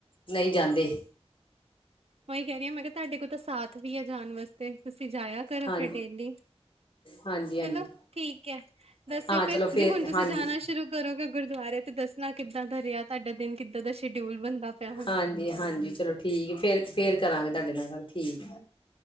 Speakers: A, on the left (about 50°); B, on the right (about 70°).
A: ਨਈ ਜਾਂਦੇ।
B: ੳਈ ਕੈ ਰਈ ਹਾਂ ਮੈਂ ਕਿਹਾ ਤੁਹਾਡੇ ਕੋਲ ਤਾਂ ਸਾਥ ਵੀ ਆ ਜਾਨ ਵਾਸਤੇ, ਤੁਸੀਂ ਜਾਇਆ ਕਰੋ
A: ਹਾਂ
B: ਫੇਰ ਡੇਲੀ।
A: ਹਾਂਜੀ-ਹਾਂਜੀ
B: ਚਲੋ ਠੀਕ ਏ, ਦੱਸਿਓ
A: ਹਾਂ ਚਲੋ
B: ਫੇਰ ਜੇ ਹੁਨ ਤੁਸੀਂ
A: ਹਾਂਜੀ
B: ਜਾਨਾ ਸ਼ੁਰੂ ਕਰੋਗੇ ਗੁਰਦੁਆਰੇ ਤੇ ਦੱਸਨਾ ਕਿੱਦਾਂ ਦਾ ਰਿਹਾ ਤੁਹਾਡਾ ਦਿਨ ਕਿੱਦਾਂ ਦਾ ਸ਼ਡਿਊਲ ਬਨਦਾ ਪਿਆ ਹੁਣ।
A: ਹਾਂਜੀ ਹਾਂਜੀ ਚਲੋ ਠੀਕ ਫੇਰ-ਫੇਰ ਕਰਾਂਗੇ ਤੁਹਾਡੇ ਨਾਲ ਗੱਲ ਠੀਕ